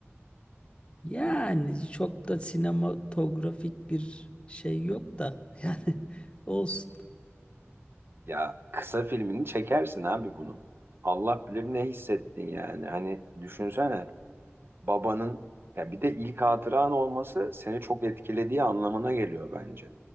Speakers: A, on the left; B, on the right.
A: Yani çok da sinematografik bir şey yok da <laughs> yani olsun.
B: Ya kısa filmini çekersin abi bunun. Allah bilir ne hissettin yani. Hani düşünsene babanın ya bir de ilk hatıran olması seni çok etkilediği anlamına geliyor bence.